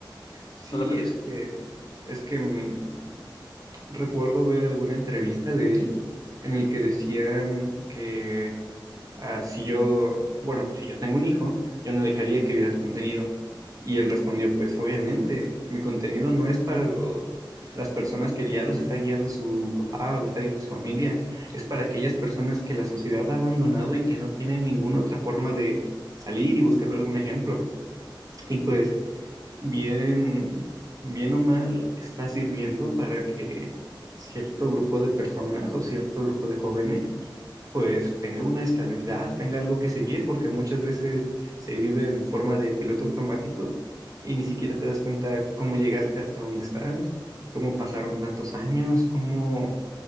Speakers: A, on the right; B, on the left.
A: Sí,
B: ¿no lo crees?
A: es que, es que mm, recuerdo ver alguna entrevista de él en el que decían que ah, si yo, bueno, si yo tengo un hijo, yo no dejaría que viera tu contenido. Y él respondió, pues obviamente, mi contenido no es para los, las personas que ya los está guiando su papá o lo está guiando su familia, es para aquellas personas que la sociedad ha abandonado y que no tienen ninguna otra forma de salir y buscarle algún ejemplo. Y pues, bien, bien o mal, está sirviendo para que cierto grupo de personas o cierto grupo de jóvenes pues tenga una estabilidad, tenga algo que seguir, porque muchas veces se vive en forma de piloto automático y ni siquiera te das cuenta cómo llegaste hasta donde estás, cómo pasaron tantos años, cómo,